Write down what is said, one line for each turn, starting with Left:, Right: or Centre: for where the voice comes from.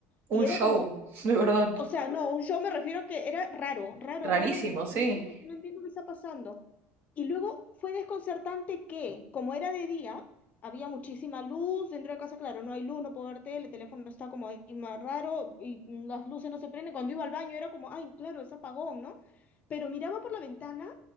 Left: Y
Right: Un
Left: era
Right: show,
Left: como,
Right: <laughs> de verdad.
Left: o sea, no, un show me refiero que era raro, raro,
Right: Rarísimo,
Left: raro, como
Right: sí.
Left: no, entiendo no entiendo qué está pasando. Y luego fue desconcertante que, como era de día, había muchísima luz dentro de casa, claro, no hay luz, no puedo ver tele, el teléfono está como ahí más raro y las luces no se prenden. Cuando iba al baño era como, ay, claro, es apagón, ¿no? Pero miraba por la ventana